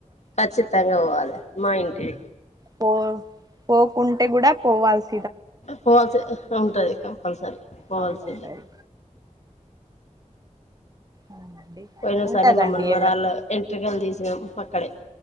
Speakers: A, on the left; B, on the right.
A: ఖచ్చితంగా పోవ్వాలి మా ఇంటి
B: పో పోకుంటే కూడా పోవాల్సి
A: పోవాల్సి ఉంటది కంపల్సరీ పోవాల్సింది
B: కంపల్సరీ అవునండి
A: పోయిన
B: ఉంటదండి
A: సారి మమ్మని వరాళ్ళ
B: ఎవరు
A: ఎంట్రికలు తీసినాము అక్కడే